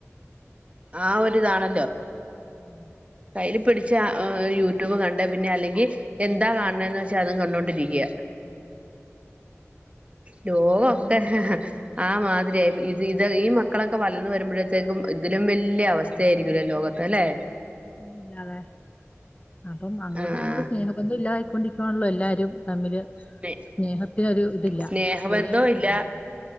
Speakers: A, on the right; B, on the left.
A: ആഹ് ഒരിതാണല്ലോ
B: ഉം
A: കയ്യിൽ പിടിച്ചാ ഏഹ് യൂട്യൂബ് കണ്ടെ പിന്നെ അല്ലെങ്കി എന്താ കാണണേന്ന് വെച്ചാ അതും കണ്ടോണ്ടിരിക്കാ ലോവൊക്കെ
B: അതൊക്കെ കാണില്ല ഇത്രയൊക്കെ ഉള്ളൂ
A: ആ മാതിരിയാ <unintelligible> ഇത് ഇത് ഈ മക്കളൊക്കെ വളർന്നു വരുമ്പോഴത്തേക്കും ഇതിലും വല്ല്യ അവസ്ഥയായിരിക്കൂല്ലേ ലോകത്ത് അല്ലെ.
B: പിന്നില്ലാതെ. അപ്പം അങ്ങോട്ടും
A: ആഹ്
B: ഇങ്ങോട്ടും സ്നേഹബന്ധം ഇല്ലാതായി കൊണ്ടിരിക്കുവാണല്ലോ എല്ലാരും തമ്മില്
A: സ്നേ
B: സ്നേഹത്തിനൊരു ഇതില്ല
A: സ്നേഹബന്ധവും
B: വിലയില്ല
A: ഇല്ല